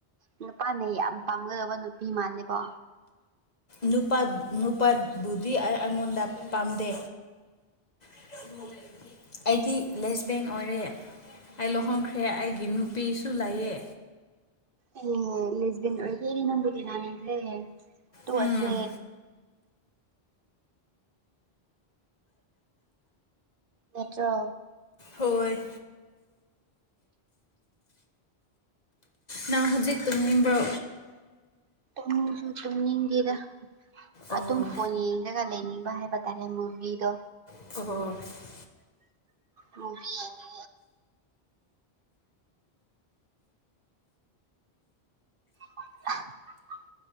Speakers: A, on the right; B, on the left.
A: ꯅꯨꯄꯥꯅ ꯌꯥꯝ ꯄꯥꯝꯒꯗꯧꯕ ꯅꯨꯄꯤ ꯃꯥꯜꯂꯤꯀꯣ
B: ꯅꯨꯄꯥ ꯅꯨꯄꯥꯕꯨꯗꯤ ꯑꯩ ꯑꯩꯉꯣꯟꯗ ꯄꯥꯝꯗꯦ ꯎꯝ ꯑꯩꯗꯤ ꯂꯦꯁꯕꯦꯡ ꯑꯣꯏꯔꯦ ꯑꯩ ꯂꯣꯍꯣꯡꯈ꯭ꯔꯦ ꯑꯩꯒꯤ ꯅꯨꯄꯤꯁꯨ ꯂꯩꯌꯦ
A: ꯑꯦ ꯂꯦꯁꯕꯦꯡ ꯑꯣꯏꯔꯗꯤ ꯑꯩꯗꯤ ꯅꯪꯒ ꯇꯤꯟꯅꯅꯤꯡꯗ꯭ꯔꯦ ꯇꯣꯛꯑꯁꯦ
B: ꯎꯝ
A: ꯅꯠꯇ꯭ꯔꯣ
B: ꯍꯣꯏ ꯅꯪ ꯍꯧꯖꯤꯛ ꯇꯨꯝꯅꯤꯡꯕ꯭ꯔꯣ
A: ꯇꯨꯝꯁꯨ ꯇꯨꯝꯅꯤꯡꯗꯦꯗ
B: ꯑꯣ
A: ꯑꯗꯨꯝ ꯐꯣꯟ ꯌꯦꯡꯉꯒ ꯂꯩꯅꯤꯡꯕ ꯍꯥꯏꯕ ꯇꯥꯔꯦ ꯃꯨꯕꯤꯗꯣ
B: <unintelligible>
A: ꯃꯨꯕꯤ ꯌꯦꯡꯉꯤ <unintelligible>